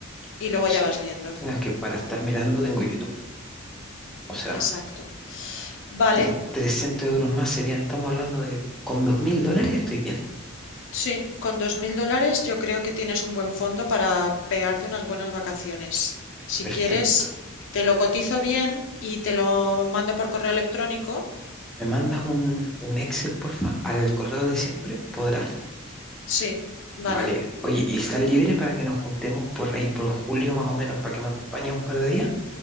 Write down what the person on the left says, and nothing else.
y luego
ya vas viendo.
Exacto. Vale,
sí, con dos mil dólares yo creo que tienes un buen fondo para pegarte unas buenas vacaciones. Si
quieres, te lo cotizo bien y te lo mando por correo electrónico.
Sí, vale.